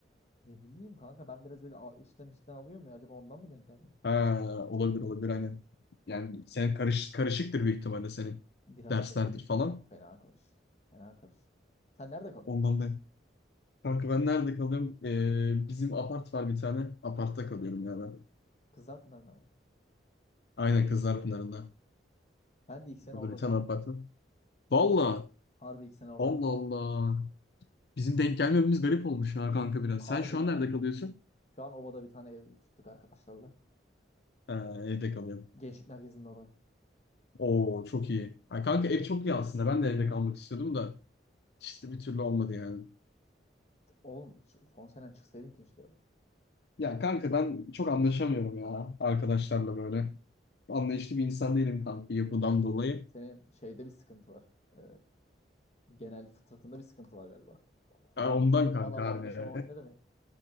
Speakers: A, on the left; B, on the left.
A: Ne bileyim kanka ben biraz böyle al- üstten üstten alıyorum ya acaba ondan mı denk gelmedi?
B: Ha, olabilir olabilir aynen. Yani sen karış, karışıktır büyük ihtimalle senin
A: Biraz
B: derslerdir
A: karışık.
B: falan.
A: Çok fena karışık. Fena karışık. Sen nerede kalıyorsun?
B: Ondan da. Kanka ben nerede kalıyorum? Ee, bizim apart var bir tane. Apartta kalıyorum ya ben.
A: Kızlarpınar'da mı?
B: Aynen Kızlarpınar'ında.
A: Ben de ilk sene
B: Orada
A: orada
B: bir tane
A: kaldım.
B: apart var. Valla.
A: Harbi ilk sene orada
B: Allah
A: kaldım.
B: Allah. Bizim denk gelmememiz garip olmuş ha kanka biraz.
A: Harbi
B: Sen şu an nerede kalıyorsun?
A: şu an obada bir tane ev tuttuk arkadaşlarla.
B: Ha, evde kalıyorum.
A: Gençlik merkezinin orada.
B: Oo çok iyi. Ha, kanka ev çok iyi aslında. Ben de evde kalmak istiyordum da. işte bir türlü olmadı yani.
A: Oğlum şu- son senen çıksaydın keşke be.
B: Ya kanka ben çok anlaşamıyorum ya arkadaşlarla böyle. anlayışlı bir insan değilim kanka yapıdan dolayı.
A: Senin şeyde bir sıkıntı var. Ee, genel fıtratında bir sıkıntı var galiba.
B: Ha,
A: İnsan-
B: ondan
A: İnsanlarla
B: kanka abi.
A: anlaşamamak ne demek?